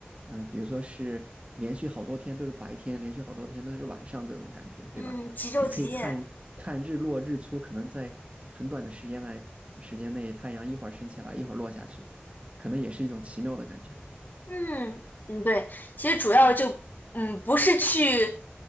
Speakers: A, on the right (about 30°); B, on the left (about 50°).
A: 呃，比如说是连续好多天都是白天，连续好多天都是晚上这种感觉，
B: 嗯，
A: 对吧？
B: 极昼极夜。
A: 你可以看看日落日出，可能在很短的时间内时间内，太阳一会儿升起来，一会儿落下去，可能也是一种奇妙的感觉。
B: 嗯嗯，对，其实主要就嗯不是去